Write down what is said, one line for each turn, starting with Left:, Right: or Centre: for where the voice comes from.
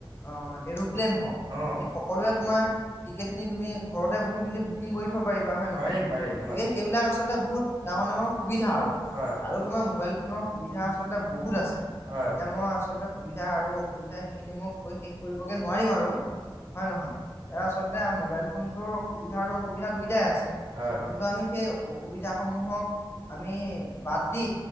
Left: অহ এৰোপ্লেন হওক,
Right: অ
Left: আমি সকলোৱে তোমাৰ টিকেটখিনি তুমি ঘৰতে বহি মেলি বুকিং কৰি থব পাৰিবা হয়
Right: পাৰিম
Left: নহয়?
Right: পাৰিম
Left: গতিকে
Right: হয়
Left: সেইবিলাক আচলতে বহুত ডাঙৰ ডাঙৰ সুবিধা আৰু।
Right: হয়
Left: আৰু তোমাৰ মোবাইল ফোনৰ সুবিধা আচলতে বহুত আছে এতিয়া
Right: হয়
Left: মই আচলতে সুবিধা আৰু অসুবিধা সেইখিনি মই কৈ শেষ কৰিবগে নোৱাৰিম আৰু হয় নহয়? এ আচলতে মোবাইল ফোনটোৰ সুবিধা আৰু অসুবিধা দুয়োটাই আছে।
Right: হয়
Left: কিন্তু আমি সেই অসুবিধাসমূহক আমি বাদ দি